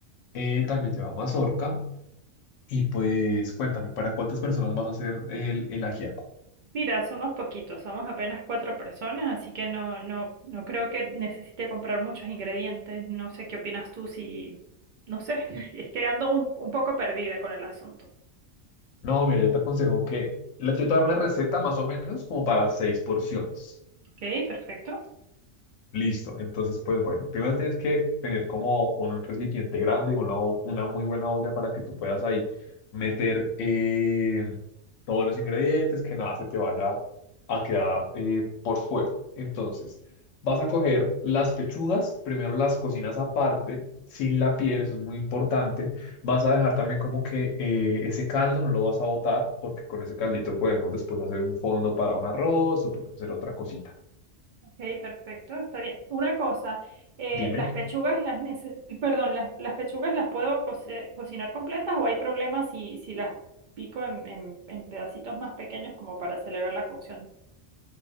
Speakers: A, on the left; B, on the right.
A: Eh, también lleva mazorca y pues cuéntame, ¿para cuántas personas vas a hacer el, el ajiaco?
B: Mira, somos poquitos, somos apenas cuatro personas, así que no, no, no creo que necesite comprar muchos ingredientes. No sé qué opinas tú si, no sé, <laughs> es que ando un, un poco perdida con el asunto.
A: No, mira, yo te aconsejo que, la- yo te voy una receta más o menos como para seis porciones.
B: Ok, perfecto.
A: Listo. Entonces, pues bueno, primero tienes que tener como un recipiente grande, una, ho- una muy buena olla para que tú puedas ahí meter eh, todos los ingredientes, que nada se te vaya a quedar eh, por fuera. Entonces, vas a coger las pechugas, primero las cocinas aparte, sin la piel, eso es muy importante. Vas a dejar también como que eh, ese caldo no lo vas a botar, porque con ese caldito podemos después hacer un fondo para un arroz o podemos hacer otra cosita.
B: Ok, perfecto, está bien. Una cosa, eh,
A: Dime.
B: las pechugas las neces- <clears throat> perdón, las, las pechugas las puedo coce- cocinar completas o hay problemas si, si las pico en, en en pedacitos más pequeños como para acelerar la cocción.